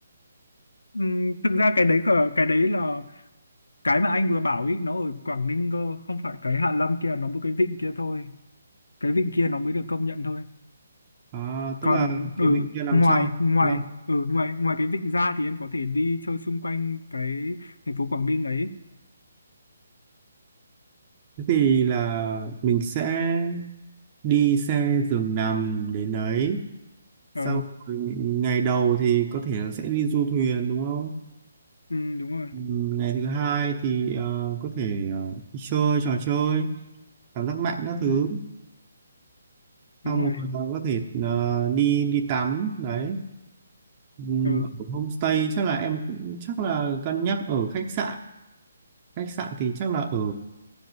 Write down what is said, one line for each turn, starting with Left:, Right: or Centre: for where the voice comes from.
Left: Ừm, thực ra cái đấy cờ- cái đấy là cái mà anh vừa bảo ý nó ở Quảng Ninh cơ không phải cái Hạ Long kia nó một cái vịnh kia thôi cái vịnh kia nó mới được công nhận thôi
Right: à, tức
Left: còn
Right: là cái
Left: ừ,
Right: vịnh kia nằm
Left: ngoài
Right: trong
Left: ngoài
Right: Long
Left: ừ, ngoài ngoài cái vịnh ra thì em có thể đi chơi xung quanh cái thành phố Quảng Ninh ấy
Right: thế thì là mình sẽ đi xe
Left: ừ.
Right: giường nằm đến đấy sau
Left: Ừ.
Right: rồi ngày đầu thì có thể là sẽ đi du thuyền đúng không
Left: Ừ, đúng rồi
Right: Ừm, ngày thứ hai thì ờ, có thể ờ, đi chơi trò chơi cảm giác mạnh các thứ
Left: ừ. đúng
Right: xong rồi
Left: rồi
Right: ờ, có thể ờ, đi đi tắm đấy Ừ,
Left: ừ.
Right: ở homestay chắc là em cũng chắc là cân nhắc ở khách sạn khách sạn thì chắc là ở